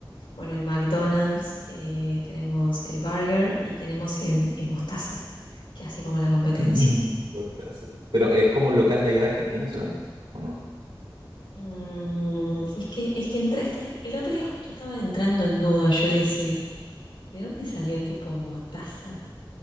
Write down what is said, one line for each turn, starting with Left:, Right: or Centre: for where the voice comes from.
Left: bueno, el McDonald's, eh, tenemos el burger y tenemos em, eh, mostaza, que hace como la competencia.
Right: <laughs> Mostaza. Pero es como un local de allá de Argentina solamente, ¿o no?
Left: Mm, es que, es que entré, este- el otro día justo estaba entrando en duda, yo y decía, ¿de dónde salió tipo mostaza?